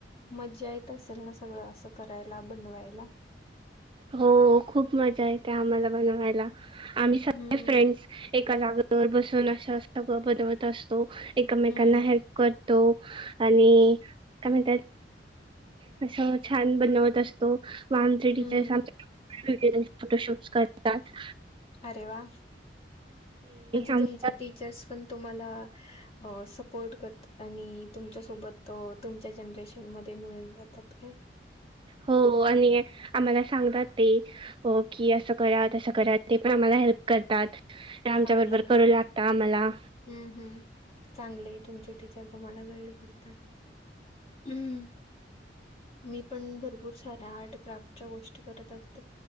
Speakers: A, on the left (about 35°); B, on the right (about 30°).
A: मज्जा येत असेल ना, सगळं असं करायला, बनवायला.
B: हो खूप मजा येते आम्हाला बनवायला. आम्ही सगळे
A: हम्म
B: फ्रेंड्स एका जागेवर बसून असं सगळं बनवत असतो, एकमेकांना
A: हम्म
B: हेल्प करतो. आणि काय म्हणतात कशावर छान बनवत असतो.
A: हम्म
B: मागच्या वेळेस <unintelligible> फोटोशूट्स कढतात.
A: अरे वा म्हणजे
B: आम
A: तुमचे टीचर्स पण तुम्हाला हो सपोर्ट करतात. आणि तुमच्या सोबत तुमच्या जनरेशन मध्ये मिळून जातात काय.
B: हो आणि आम्हाला सांगतात ते हो की असं करा असं करा ते पण आम्हाला हेल्प करतात. आमच्या
A: चांगलं
B: बरोबर
A: आहे.
B: करू लागत आम्हाला.
A: हम्म हम् चांगले तुमचे टीचर तुम्हाला गाईड करतात. हम्म मी पण भरपूर साऱ्या आर्ट क्राफ्टच्या गोष्टी करत असते.